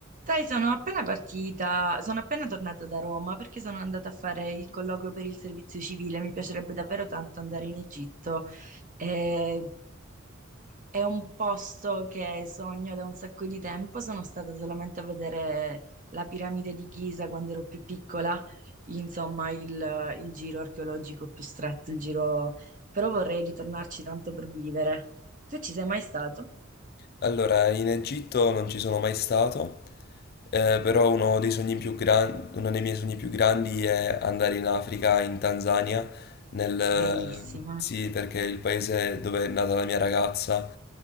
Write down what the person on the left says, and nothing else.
Allora, in Egitto non ci sono mai stato, eh, però uno dei sogni più gran- uno dei miei sogni più grandi è andare in Africa, in Tanzania, nel...
sì, perché è il paese dove è nata la mia ragazza